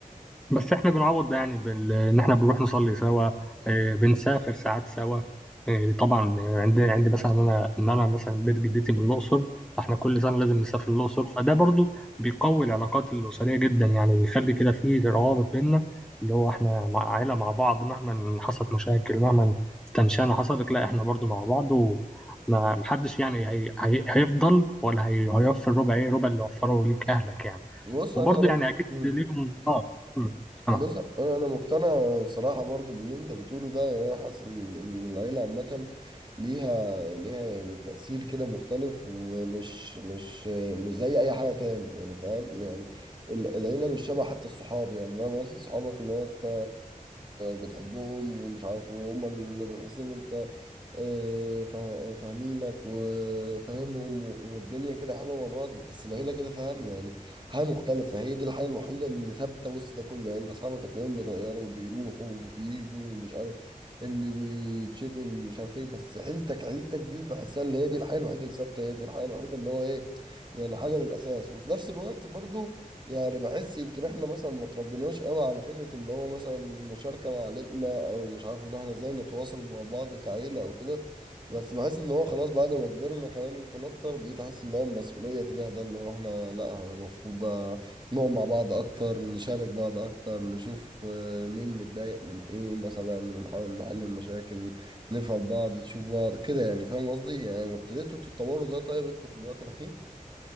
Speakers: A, in the centre; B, on the right (about 30°).
A: بس احنا بنعوض ده يعني بال... ان احنا بنروح نصلي سوا آه، بنسافر ساعات سوا آه، طبعا عندي عندي مثلا انا ان انا مثلا بيت جدتي من الاقصر فاحنا كل سنه لازم نسافر الاقصر فده برضو بيقوي العلاقات الاسريه جدا يعني بيخلي كده فيه روابط بينا اللي هو احنا مع عائله مع بعض مهما حصلت مشاكل مهما تنشانه حصلت لا احنا برضو مع بعض وما محدش يعني هي... هي... هيفضل ولا هي... هيوفر ربع ايه ربع اللي وفره ليك اهلك يعني
B: بص
A: وبرضه
B: انا انا
A: يعني اكيد
B: مم.
A: ليهم اه مم. اه
B: بص انا أنا مقتنع صراحه برضو باللي انت بتقوله ده يعني انا حاسس ان إن العيله عامه ليها ليها يعني تأثير كده مختلف ومش مش مش زي أي حاجة تاني يعني فاهم يعني ال- العيلة مش شبه حتى الصحاب يعني مهما وصل صحابك اللي هو أنت بتحبهم ومش عارف وهم اللي بتحس إن أنت آه، فا- فاهمينك وفاهمهم و- والدنيا كده حلوه مع بعض بس العيله كده فاهم يعني حاجه مختلفه فهي دي الحاجه الوحيده اللي ثابته وسط ده كله يعني انت اصحابك هتلاقيهم بيتغيروا وبيروحوا وبييجوا ومش عارف اللي بيتشغل مش عارف ايه بس عيلتك عيلتك دي بحسها اللي هي دي الحاجه الوحيده اللي ثابته هي دي الحاجه الوحيده اللي هو ايه يعني حاجه للاساس وفي نفس الوقت برضو يعني بحس يمكن احنا مثلا ما تربيناش قوي على فكرة اللي هو مثلا المشاركة مع عيلتنا او مش عارف ان احنا ازاي نتواصل مع بعض كعيلة او كده بس بحس ان هو خلاص بعد ما كبرنا كمان يمكن اكتر بقيت احس ان هو مسؤولية تجاه ده اللي هو احنا لا احنا المفروض بقى نقعد مع بعض اكتر نشارك بعض اكتر نشوف آه، مين متضايق من ايه مثلا ونحاول نحل المشاكل نفهم بعض تشوف بعض كده يعني فاهم قصدي يعني ابتديتوا تتطوروا ده طيب انتوا في الوقت الاخير